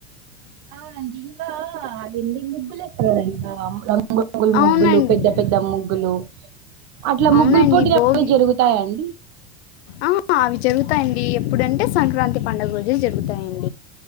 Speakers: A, on the right; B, on the left.
A: అవునండి ఇంకా అదేంది ముగ్గులేస్తరు కదండీ రంగు గులు
B: అవునండి
A: ముగ్గులు పెద్ద పెద్ద ముగ్గులు, అట్ల
B: అవునండి
A: ముగ్గులు పోటీ
B: భోగి
A: అప్పుడే జరుగుతాయండి.
B: ఆ అవి జరుగుతాయండి, ఎప్పుడుంటే సంక్రాంతి పండుగ రోజే జరుగుతాయండి.